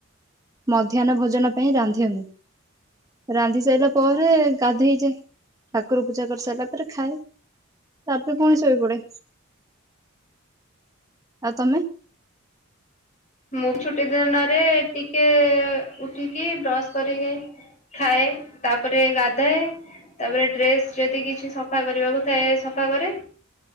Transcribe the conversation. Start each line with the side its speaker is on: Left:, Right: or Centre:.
Right: ମଧ୍ୟାହ୍ନ ଭୋଜନ ପାଇଁ ରାନ୍ଧେ ମୁଁ। ରାନ୍ଧି ସାଇଲା ପରେ ଗାଧୋଇ ଯାଏ ଠାକୁର ପୂଜା କରି ସାଇଲା ପରେ ଖାଏ। ତାପରେ ପୁଣି ଶୋଇ ପଡେ ଆଉ ତମେ।
Left: ମୁଁ ଛୁଟି ଦିନରେ ଟିକେ ଉଠିକି ବ୍ରଶ କରିକି। ଖାଏ ତାପରେ ଗାଧାଏ। ତାପରେ ଡ୍ରେସ ଯଦି କିଛି ସଫା କରିବାକୁ ଥାଏ ସଫା କରେ।